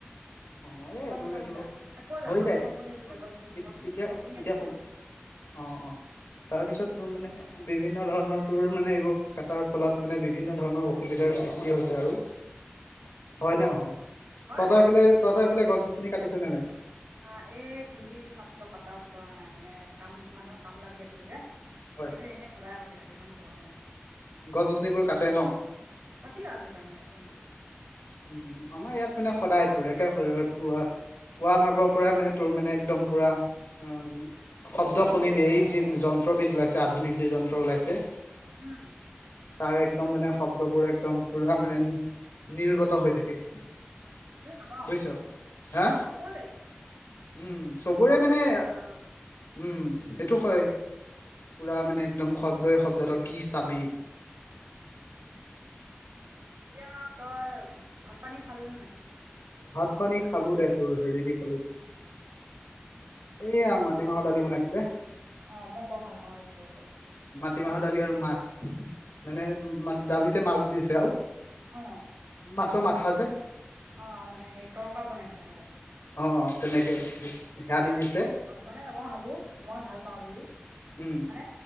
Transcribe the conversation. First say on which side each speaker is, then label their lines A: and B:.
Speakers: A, on the left (about 75°); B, on the right (about 60°).
A: অ এই
B: কম
A: এইটোৰ
B: কম
A: এইটো
B: আহে কৈ যা
A: হৈ
B: কৈ
A: যায়।
B: যা মই শুনি আছোঁ দে গছ গছনি
A: এতি
B: কচোন?
A: এতিয়া
B: মই শুনি
A: এতিয়া
B: আছো
A: শু
B: তেওঁ
A: অ', অ', তাৰেপিছত তোৰ মানে বিভিন্ন ধৰণৰ তোৰ মানে এইবোৰ কটাৰ ফলত মানে বিভিন্ন ধৰণৰ অসুবিধাৰ সৃষ্টি হৈছে আৰু হয় নে নহয়?
B: হয়
A: তহঁতৰ
B: সেইটো
A: এফালে তহঁতৰ এফলে গছ গছনি কাটিছে নে নাই?
B: না এই দুদিন মাত্ৰ কটা কৰা নাই মানে কাম মানুহৰ কাম লাগি আছে যে।
A: হয়
B: কিন্তু এনেই সদায় কাটি থাকে ইমান গৰমতো।
A: গছ গছনিবোৰ কাটে ন?
B: কাটিয়ে থাকে মেচেন দি।
A: উম, আমাৰ ইয়াত মানে সদায় তুৰ, একে শৰৰ পোৰা পুৱা ভাগৰ পৰাই মানে তোৰ মানে একদম পুৰা, অ শব্দ শুনিবি এইয়ে যি যন্ত্ৰ বিদ ওলাইছে আধুনিক যি যন্ত্ৰ ওলাইছে।
B: উম'।
A: তাৰ একদম মানে শব্দবোৰ একদম পুৰা মানে নিৰ্গত হৈ থাকে।
B: এ আমাও
A: বুজিছ। হা
B: চবৰে।
A: উম, চবৰে
B: আজিকালি
A: মানে
B: আৰু গছ কটা
A: উম, সেইটো হয়। পুৰা মানে একদম শব্দই শব্দৰক কি চাবি।
B: এতিয়া তই ভাত পানী খালি নে নাই?
A: ভাত পানী খালোঁ দে তোৰ হেৰি দি খালোঁ। এয়া মাটিমাহৰ দালি বনাইছিলে।
B: অ', মই বৰ ভাল পাওঁ তহঁতৰ বস্তুতটো।
A: মাতিমাহৰ দালি আৰু মাছ। মানো দালিতে মাছ দিছে আঝ।
B: অ'।
A: মাছৰ মাথা যে?
B: অ', মানে হেৰি তৰকা বনাইছে আৰু দে।
A: অ অ তেনেকে সেয়া দি
B: নাই
A: দিছে
B: বহুত মানে মই ভাবোঁ, মই ভাল পাওঁ বুলি।
A: উম'।
B: মানে